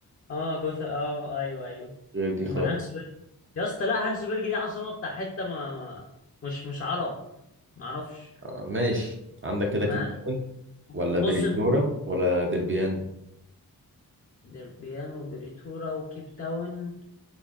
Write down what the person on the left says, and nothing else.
اه جوثا اه ايوه ايوه
امال هانسنبرج يا اسطى لا هانسنبرج دي عاصمة بتاع حتة ما, ما مش مش عرب ما اعرفش
ما
بص
انت-
دربيان وبريتورا وكيب تاون